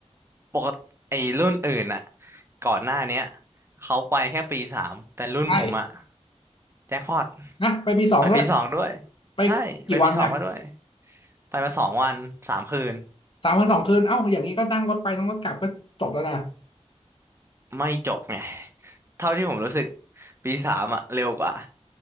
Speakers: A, on the right (about 20°); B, on the left (about 45°).
A: ปกติไอ้รุ่นอื่นอะก่อนหน้าเนี้ยเขาไปแค่ปีสามแต่รุ่นผมอะ
B: ใช่
A: แจ็คพอต
B: นะไปปีสองด้วย
A: ไปปีสองด้วย
B: ไปกี่วันน่ะ
A: ใช่ไปปีสองมาด้วยไปมาสองวันสามคืน
B: สามวันสองคืนเอ้าอย่างนี้ก็นั่งรถไปนั่งรถกลับก็จบแล้วนะ
A: ไม่จบไงเท่าที่ผมรู้สึกปีสามอะเร็วกว่า